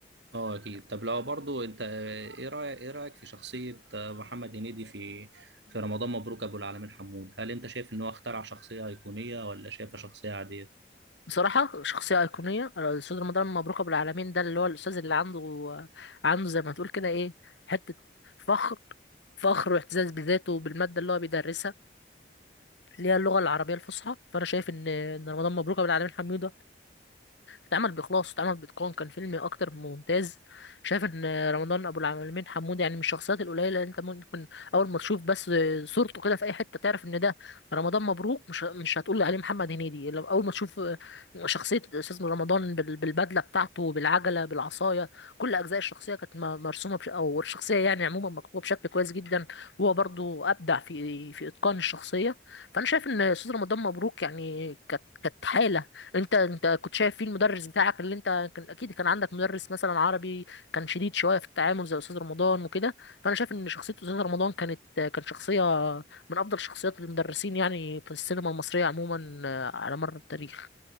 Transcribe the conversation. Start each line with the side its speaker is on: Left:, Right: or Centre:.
Right: اه اكيد طب لو برضو انت آه، ايه رايك ايه رايك في شخصيه آه، محمد هنيدي في في رمضان مبروك ابو العالمين حمود هل انت شايف ان هو اخترع شخصيه ايقونيه ولا شايفها شخصيه عاديه
Left: بصراحة شخصية أيقونية الأستاذ رمضان مبروك أبو العالمين ده اللي هو الأستاذ اللي عنده عنده زي ما تقول كده إيه حتة فخر فخر واعتزاز بذاته وبالمادة اللي هو بيدرسها اللي هي اللغة العربية الفصحى فأنا شايف إن إن رمضان مبروك أبو العالمين حميدة اتعمل بإخلاص اتعمل بإتقان كان فيلم أكتر من ممتاز شايف إن رمضان أبو العالمين حمود يعني من الشخصيات القليلة اللي أنت ممكن أول ما تشوف بس صورته كده في أي حتة تعرف إن ده رمضان مبروك مش مش هتقول عليه محمد هنيدي لو أول ما تشوف شخصية أستاذ رمضان بال- بالبدلة بتاعته بالعجلة بالعصاية كل أجزاء الشخصية كانت م- مرسومة بش... أو الشخصية يعني عموما مكتوبة بشكل كويس جدا هو برضو أبدع في في إتقان الشخصية فأنا شايف إن أستاذ رمضان مبروك يعني كانت كانت حالة انت انت كنت شايف فيه المدرس بتاعك اللي انت كان اكيد كان عندك مدرس مثلا عربي كان شديد شويه في التعامل زي استاذ رمضان وكده فانا شايف ان شخصيه استاذ رمضان كانت كان شخصيه من افضل شخصيات المدرسين يعني في السينما المصريه عموما آه، على مر التاريخ